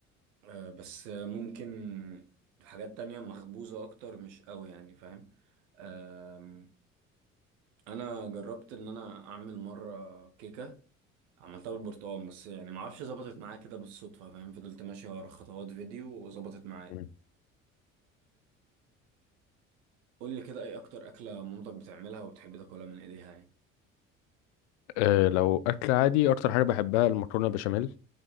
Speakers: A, on the right; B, on the left.
A: آه، بس آه، ممكن حاجات تانية مخبوزه اكتر مش قوي يعني فاهم آم، انا جربت ان انا اعمل مره كيكه عملتها بالبرتقال بس يعني معرفش ظبطت معايا كده بالصدفه فاهم فضلت ماشي ورا خطوات فيديو وظبطت معايا
B: مم.
A: قول لي كده ايه اكتر اكله مامتك بتعملها وبتحب تاكلها من ايديها يعني
B: أه لو اكل عادي اكتر حاجه بحبها المكرونه بشاميل